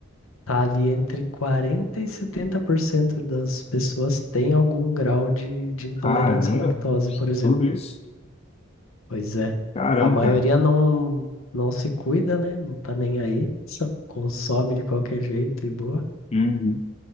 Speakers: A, on the left; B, on the left.
A: Tá ali entre 40 e 70% das pessoas tem algum grau de, de intolerância
B: Caramba,
A: à lactose, por exemplo.
B: tudo isso?
A: Pois é.
B: Caramba,
A: A maioria
B: cara.
A: não, não se cuida, né? Não tá nem aí, só consome de qualquer jeito e boa.
B: Uhum.